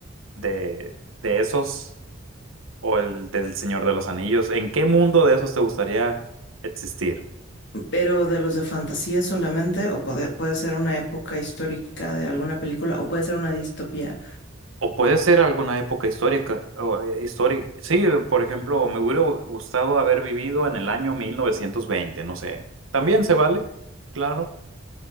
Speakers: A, on the right (about 90°); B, on the left (about 60°).
A: de, de esos o el del Señor de los Anillos? ¿En qué mundo de esos te gustaría existir?
B: Pero de los de fantasía solamente, o puede, puede ser una época histórica de alguna película, o puede ser una distopía.
A: O puede ser alguna época histórica, o, eh, histórica. Sí, por ejemplo, me hubiera gu- gustado haber vivido en el año mil novecientos veinte no sé. También se vale, claro.